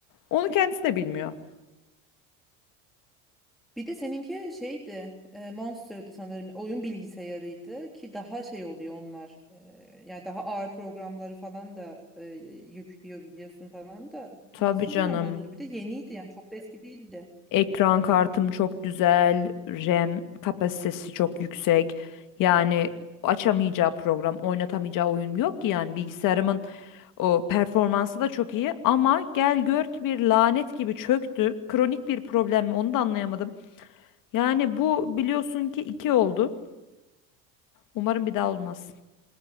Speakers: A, on the left (about 55°); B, in the centre.
A: Onu kendisi de bilmiyor.
B: Bir de seninki şeydi, e, Monster'dı sanırım. Oyun bilgisayarıydı ki daha şey oluyor onlar. E, yani daha ağır programları falan da e, yüklüyor biliyorsun falan da.
A: Tabii
B: Nasıl
A: canım.
B: hemen bozuldu? Bir de yeniydi yani çok da eski değildi.
A: Ekran kartım çok güzel, RAM kapasitesi çok yüksek. Yani açamayacağı program, oynatamayacağı oyun yok ki yani bilgisayarımın O performansı da çok iyi ama gel gör ki bir lanet gibi çöktü. Kronik bir problem mi onu da anlayamadım. Yani bu biliyorsun ki 2 oldu. Umarım bir daha olmaz.